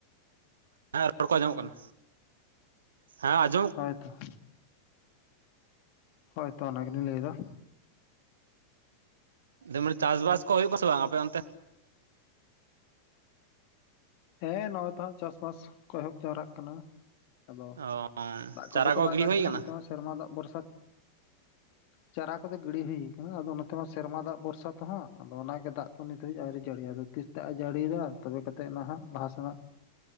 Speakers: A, on the right (about 65°); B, on the left (about 45°).
A: ᱦᱮᱸ ᱨᱚᱲ ᱠᱚ ᱟᱸᱧᱡᱚᱢᱚᱜ ᱠᱟᱱᱟ ᱦᱮᱸ ᱟᱧᱡ
B: ᱦᱳᱭᱛᱚ ᱦᱳᱭ ᱛᱚ ᱚᱱᱟ ᱜᱮᱞᱤᱧ ᱞᱟᱹᱭᱮᱫᱟ
A: ᱡᱮᱢᱚᱱ ᱪᱟᱥᱵᱟᱥ ᱠᱚ ᱦᱩᱭᱩᱜᱼᱟᱥᱮ ᱵᱟᱝ ᱟᱯᱮ ᱚᱱᱛᱮ?
B: ᱦᱮᱸ ᱱᱚᱜᱼᱚᱭ ᱛᱚᱦᱟᱸᱜ ᱪᱟᱥᱵᱟᱥ ᱠᱚ ᱮᱦᱚᱵ ᱡᱟᱣᱨᱟᱜ ᱠᱟᱱᱟ ᱟᱫᱚ
A: ᱚ
B: ᱫᱟᱜ ᱠᱚᱜᱮ
A: ᱪᱟᱨᱟ
B: ᱛᱚ
A: ᱠᱚ
B: ᱵᱟᱭ
A: ᱜᱤᱰᱤ
B: ᱫᱟᱜ
A: ᱦᱩᱭ ᱠᱟᱱᱟ
B: ᱱᱚᱛᱮ ᱦᱚᱸ ᱥᱮᱨᱢᱟ ᱫᱟᱜ ᱵᱷᱚᱨᱥᱟ ᱪᱟᱨᱟ ᱠᱚᱫᱚ ᱜᱤᱲᱤ ᱦᱩᱭ ᱟᱠᱟᱱᱟ ᱟᱫᱚ ᱱᱚᱛᱮ ᱢᱟ ᱥᱮᱨᱢᱟ ᱫᱟᱜ ᱵᱷᱚᱨᱥᱟ ᱛᱮᱦᱚᱸ ᱟᱫᱚ ᱚᱱᱟᱜᱮ ᱫᱟᱜ ᱠᱚ ᱱᱤᱛ ᱦᱟᱹᱵᱤᱡ ᱟᱹᱣᱨᱤ ᱡᱟᱹᱲᱤᱭᱟ ᱫᱚ ᱛᱤᱥ ᱫᱟᱜ ᱮ ᱡᱟᱹᱲᱤ ᱫᱟ ᱛᱚᱵᱮ ᱠᱟᱛᱮᱫ ᱱᱟᱦᱟᱜ ᱞᱟᱦᱟᱥᱮᱱᱟᱜ